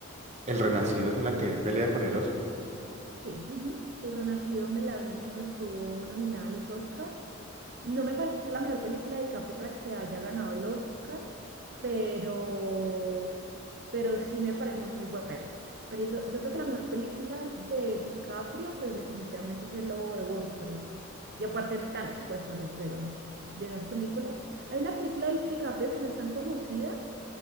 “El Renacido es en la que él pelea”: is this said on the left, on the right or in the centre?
Right